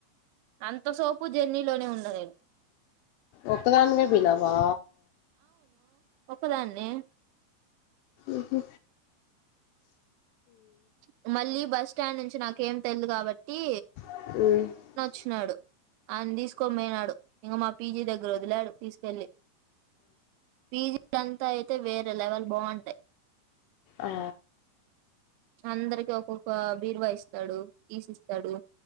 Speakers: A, on the right; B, on the left.
A: అంత సోపు జర్నీలోనే ఉన్న నేన్
B: ఒకదాన్వె బొయినవా
A: ఒకదానే
B: ఉహు
A: చ్ మళ్ళీ బస్ స్టాండ్ నుంచి నాకేం తెల్దు కాబట్టి
B: మ్
A: చ్ నాడు ఆన్ తీసుకొబోయినాడు ఇంగ మా పీజీ దగ్గర ఒదిలాడు తీసుకెళ్లి పీజీ లంతా అయితే వేరే లెవెల్ బావుంటాయి
B: ఆ
A: అందరికి ఒక్కొక్క బీరువా ఇస్తాడు కీస్ ఇస్తాడు